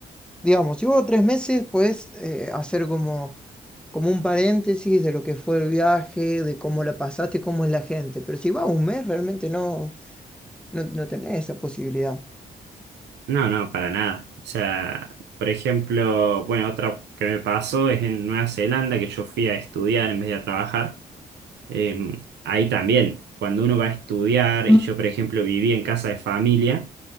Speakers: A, in the centre; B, on the right (about 75°).
A: digamos, si vos tres meses podés eh, hacer como, como un paréntesis de lo que fue el viaje, de cómo la pasaste, cómo es la gente, pero si vas un mes realmente no, No, no tenés esa posibilidad.
B: No, no, para nada. O sea, por ejemplo, bueno, otra que me pasó es en Nueva Zelanda, que yo fui a estudiar en vez de a trabajar. Em, ahí también, cuando uno va a estudiar,
A: Mm.
B: y yo, por ejemplo, viví en casa de familia,